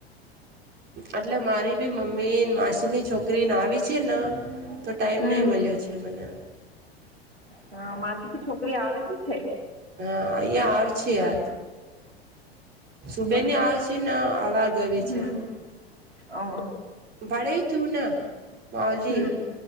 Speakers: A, on the right; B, on the right.
A: એટલે મારી બી મમ્મી માસીની છોકરીને આવી છે ને તો ટાઈમ
B: હમ
A: નહી મળ્યો છે મને.
B: હા માસી ની છોકરી આવેલી છે.
A: હા અહિયાં આવ છે યાદ. સુબેની
B: અચ્છા
A: આવ છે ને અવાર ગવી
B: હમ
A: છે.
B: ઓ
A: વળી તું ના માવલી
B: હમ